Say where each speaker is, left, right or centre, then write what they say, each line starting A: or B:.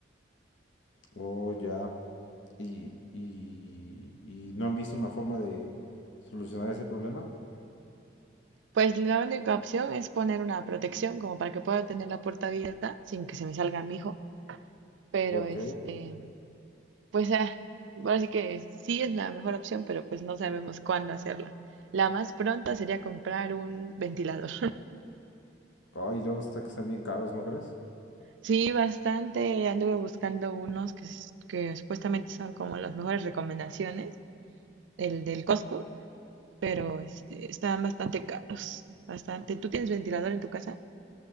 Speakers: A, on the left; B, on the right.
A: Oh, ya. Y, y, y no han visto una forma de solucionar ese problema.
B: Pues la única opción es poner una protección como para que pueda tener la puerta abierta sin que se me salga mi hijo, pero
A: Ok.
B: este, pues ah, ahora sí que sí es la mejor opción, pero pues no sabemos cuándo hacerla. La más pronta sería comprar un ventilador.
A: Ay, luego está que están bien caros, ¿no crees?
B: Sí, bastante. Anduve buscando unos que, s- que supuestamente son como las mejores recomendaciones, el del Costco, pero este, están bastante caros, bastante. ¿Tú tienes ventilador en tu casa?